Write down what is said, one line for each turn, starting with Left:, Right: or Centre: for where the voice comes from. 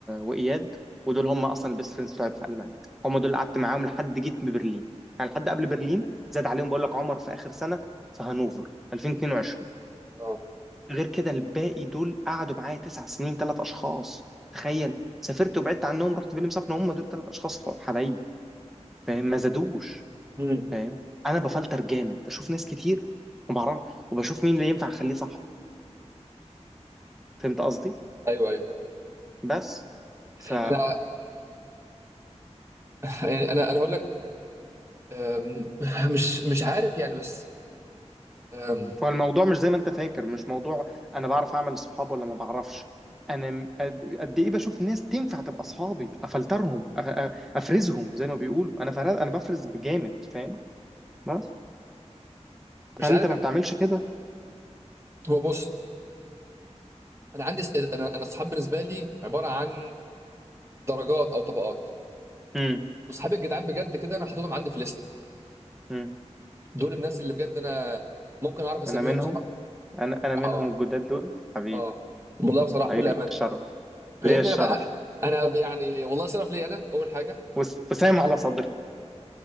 Centre: واياد ودول هم اصلا البيست فريندز بتوعي في المانيا هم دول اللي قعدت معاهم لحد جيت من برلين يعني لحد قبل برلين زاد عليهم بقول لك عمر في اخر سنه في هانوفر 2022
Right: اه
Centre: غير كده الباقي دول قعدوا معايا تسع سنين ثلاث اشخاص تخيل سافرت وبعدت عنهم رحت فيلم سفن هم دول ثلاث اشخاص حبايبي فاهم ما زادوش
Right: مم.
Centre: فاهم انا بفلتر جامد بشوف ناس كتير وبعرف وبشوف مين اللي ينفع اخليه صاحبي فهمت قصدي
Right: ايوه ايوه
Centre: بس ف
Right: انا يعني انا انا هقول لك أم، <laughs> مش مش عارف يعني بس أم،
Centre: فالموضوع مش زي ما انت فاكر مش موضوع انا بعرف اعمل صحاب ولا ما بعرفش انا م- قد قد ايه بشوف ناس تنفع تبقى اصحابي افلترهم أ- أ- افرزهم زي ما بيقولوا انا فرز انا بفرز بجامد فاهم بس
Right: مش
Centre: هل
Right: عارف
Centre: انت ما بتعملش كده
Right: هو بص انا عندي انا انا الصحاب بالنسبه لي عباره عن درجات او طبقات
Centre: امم
Right: وصحابي الجدعان بجد كده انا حاططهم عندي في ليست
Centre: امم
Right: دول الناس اللي بجد انا ممكن اعرف اسميهم
Centre: انا منهم
Right: صحاب
Centre: انا انا
Right: بصراحه
Centre: منهم
Right: اه
Centre: الجداد دول حبيبي
Right: اه والله بصراحه بكل
Centre: حبيبي
Right: امانه
Centre: ليا الشرف ليا
Right: يا ابني
Centre: الشرف
Right: انا بقى انا يعني والله صرف لي انا اول حاجه
Centre: وس- وسام على صدري